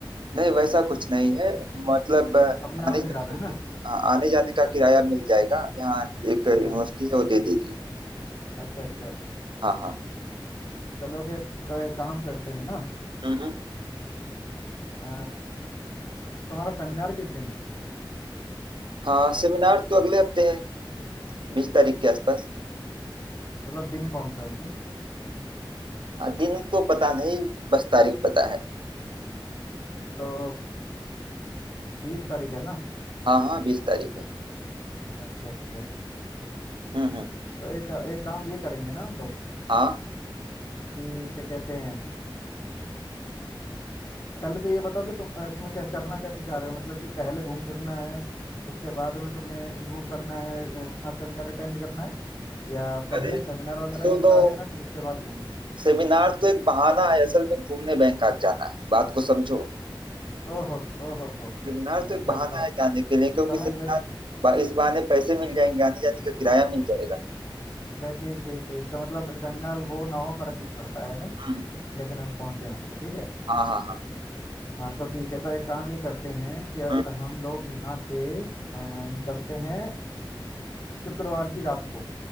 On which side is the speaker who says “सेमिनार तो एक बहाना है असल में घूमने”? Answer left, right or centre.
Right